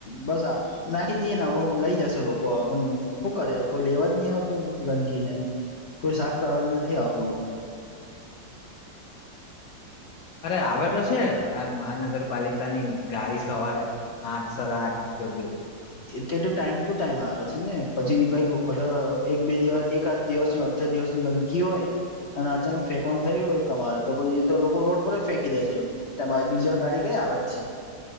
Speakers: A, on the left; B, on the left.
A: બસ નાખી દઈ ને લઈ જશે લોકો હવે પણ શું કરે કોઈ લેવા જ નહી આવતું ગંદકીને કોઈ સાફ કરવા નથી આવતું
B: અરે આવે તો છે આ મહાનગરપાલિકા ની ગાડી સવારે આઠ સાઢા આઠ જોગે
A: તે તો ટાઈમ ટુ ટાઈમ આવે છે ને પછી કઈક બધા એક બે દિવસ એકાદ આ દિવસની ગંદકી હોય અને અચાનક ફેંકવાનું થય હોય તમારે તો પછી એ તો લોકો રોડ પર જ ફેંકી દે છે ત્યાં બીજા ગાડી કઈ આવે જ છે